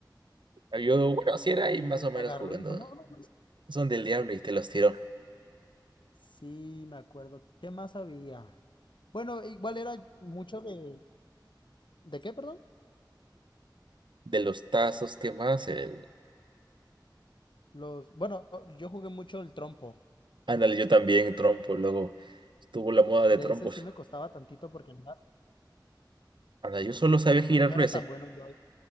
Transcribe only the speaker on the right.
Yo, bueno, sí era ahí
más o menos
jugando.
Son del diablo y te los tiró.
De los tazos, ¿qué más? El...
Ándale, yo también, trompo. Luego estuvo la moda de
trompos.
Ándale, yo solo sabía
girarlo
ese.